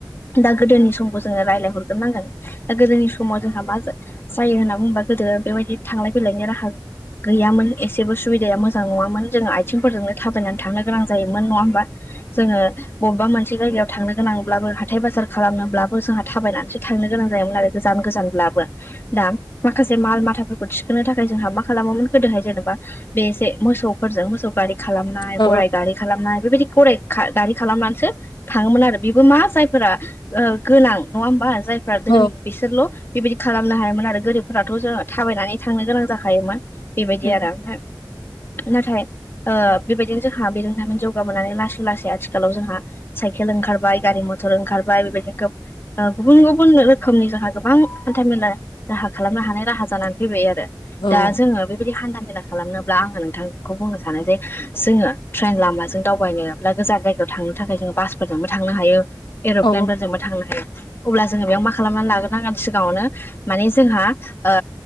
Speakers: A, on the left; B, on the left.
A: दा गोदोनि सम जोङो रायलायहरग्रोनांगोन। दा गोदोनि समाव जोंहा मा जा-जायो होनना बुंबा गोदो बेबायदि थांलाय फैलायनि राहा गैयामोन एसेबो सुबिदाया मोजां नङामोन जोङो आथिंफोरजोंनो थाबायनानै थांनो गोनां जायोमोन नङा होमबा। जोङो बबेबा मोनसे जायगायाव थांनो गोनांब्लाबो हाथाय बाजार खालामनोब्ला बो जोंहा थाबायनानैसो थांनो गोनां जायोमोन आरो गोजान गोजानब्लाबो। दा माखासे माल माथाफोरखौ थिखोनो थाखाय जोंहा मा खालामोमोन गोदोहाय जेन'बा बे इसे मोसौफोरजों मोसौ गारि खालामनाय
B: औ
A: गराइ गारि खालामनाय बेबायदि गराय खा गारि खालामनानैसो थाङोमोन आरो। बेबो मा जायफोरा ओ गोनां नङा होमबा जायफ्रा धोनि
B: औ
A: बिसोरल' बेबायदि खालामनो हायोमोन आरो गोरिबफोराथ' जोङो थाबायनानै थांनो गोनां जाखायोमोन। बेबायदि
B: उम
A: आरो। ओमफाय नाथाय ओ बेबायदि <unintelligible> जोंहा बिरोंदामिन जौगाबोनानै लासै लासै आथिखालाव जोंहा साइकेल ओंखारबाय, गारि मथर ओंखार बाय बेबायदि गोब ओ गुबुन गुबुन रोखोमनि जोंहा गोबां हान्था मेला राहा खालामनो हानाय राहा जानानै फैबाय आरो।
B: औ
A: दा जोङो बे बिदि हानथा मेला खालामनोब्ला आङो नोंथांखौ बुंनो सानो जे जोङो ट्रेन लामाजों दावबायनोब्ला गोजान जाय ओ थांनो थाखाय जोङो बासफोरजोंबो थांनो हायो एर'प्लेनफोरजोंबो
B: औ
A: थांनो हा अब्ला जोङो बेयाव मा खालामनानै लाग्रोनांगोन सिगाङावनो माने जोंहा ओ